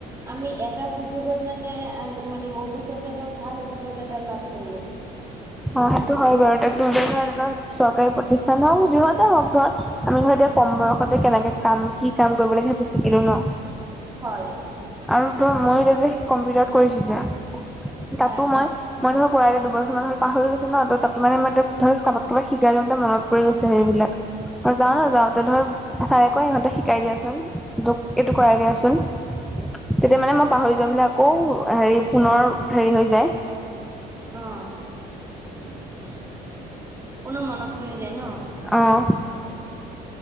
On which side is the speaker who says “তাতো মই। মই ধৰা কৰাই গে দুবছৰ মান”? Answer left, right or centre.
Centre